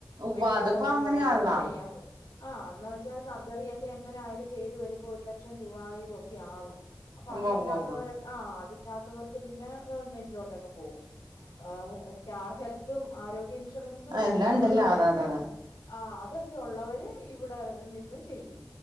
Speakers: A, on the right; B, on the left.
A: ഉവ്വ്
B: മെഡിക്കൽ
A: അതിപ്പോ
B: കോളേജ്
A: അങ്ങനെയാണല്ലോ
B: വഴിയൊക്കെ ചെയ്യാൻ പോം ആഹ് എന്ന് വെച്ചാ സർജറി പ്പോ എങ്ങനെ ആയാലും ചെയ്തു വരുമ്പോൾ ഒരു ലക്ഷം രൂപായും ഒക്കെ ആകും. അപ്പൊ
A: ഉവ്വ
B: അതില്ലാത്തവരെ
A: ഉവ്വ ഉവ്വ
B: ആഹ്. കിട്ടാത്തവർക്ക് പി ഞാൻ ഗവൺമെന്റിലോട്ടൊക്കെ പോകും ആഹ് സ്റ്റാർ ഹെൽ ത്തും ആരോ ഇൻഷുറൻസും
A: ആഹ് എല്ലാം
B: ഒക്കെ
A: ഉണ്ടല്ലോ
B: ഉള്ളവരൊക്കെ
A: അതെ അതെ അതെ
B: ആഹ് അതൊക്കെ ഉള്ളവര് ഇവിടെ നിന്ന് ചെയ്യാം.